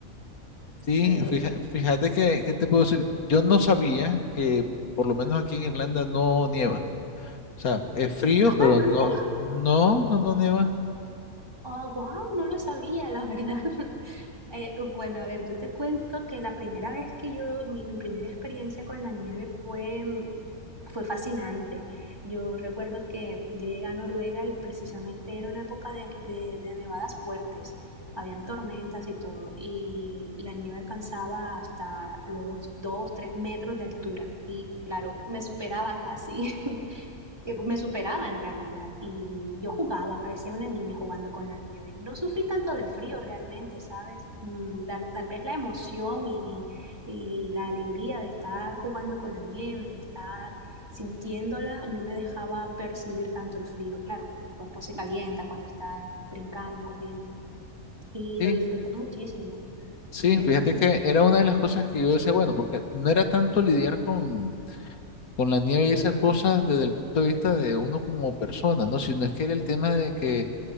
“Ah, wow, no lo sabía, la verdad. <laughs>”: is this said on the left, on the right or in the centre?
Right